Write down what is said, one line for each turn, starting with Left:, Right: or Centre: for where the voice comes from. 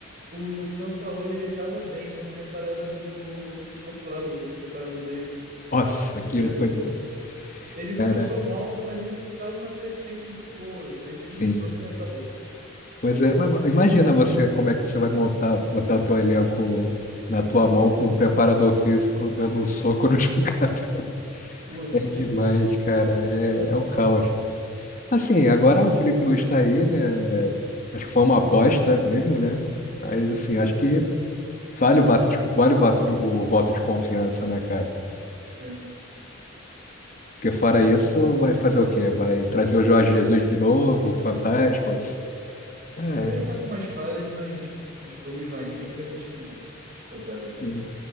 Right: O Sampaoli, ele tava bem, mas teve a parada do, do soco lá do preparador dele,
Left: Nossa,
Right: do
Left: aquilo
Right: Pedro.
Left: foi demais.
Right: Ele começou
Left: Cara,
Right: mal, mas ele tava uma crescente muito boa. Aí teve
Left: sim.
Right: esse soco e acabou.
Left: Pois é, mas agora- imagina você como é que você vai montar, botar o teu elenco na tua mão com um preparador físico dando um soco no <laughs> jogador.
Right: Pô, não
Left: É demais,
Right: tem como.
Left: cara. É, é um caos. Assim, agora o Felipe Luiz tá aí, né? Acho que foi uma aposta mesmo, né? Mas assim, acho que vale o voto de, vale o voto de, o voto de confiança, né, cara?
Right: Sim.
Left: Porque fora
Right: É,
Left: isso, vai fazer o quê? Vai trazer o Jorge
Right: ele.
Left: Jesus de novo,
Right: Não,
Left: o Fantasma.
Right: não tem como.
Left: É,
Right: Ele tá com umas falhas, mas aos poucos vai indo. Tem que ver com o time completo aí também.
Left: sim.